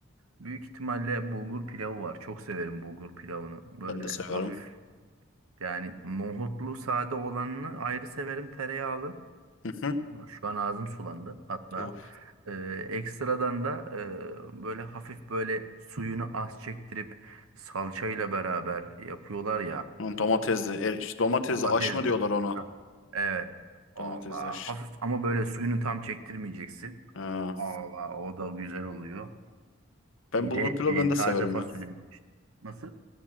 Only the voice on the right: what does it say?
Büyük ihtimalle bulgur pilavı var. Çok severim bulgur pilavını. Böyle
hafif yani nohutlu sade olanını ayrı severim tereyağlı.
Bak şu an ağzım sulandı hatta.
Ee, ekstradan da e, böyle hafif böyle suyunu az çektirip salçayla beraber yapıyorlar ya.
Domatesli.
Heh, Evet. Allah
hafif ama böyle suyunu tam çektirmeyeceksin.
Allah o da güzel oluyor.
Bir
de
e,
taze
fasulye
yapmıştı. Nasıl?